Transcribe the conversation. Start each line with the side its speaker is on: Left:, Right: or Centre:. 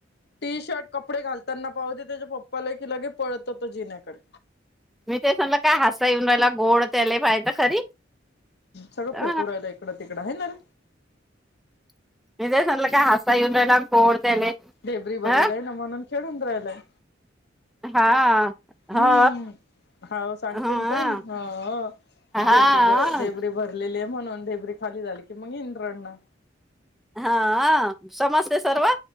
Left: टीशर्ट कपडे घालताना पाहुन त्याच्या पप्पाला कि लगे पळत तो जिण्याकडे
Centre: मी ते समलं काय हसा येन राला गोड त्याले पाहि तर खरी
Left: सगळं
Centre: अ
Left: फेकुरायला इकडं तिकडं आहे ना रे
Centre: <unintelligible>
Left: ढेबरी भरलय
Centre: ह
Left: ना म्हणून खेळून राहिलाय
Centre: हा
Left: हम्म
Centre: हो
Left: खाऊन सांगतेन
Centre: ह
Left: <unintelligible> ढेबरी
Centre: हा
Left: ढेबरी भरलेली आहे म्हणून ढेबरी खाली झाली की मग रडणं
Centre: हाहं समसे सर्व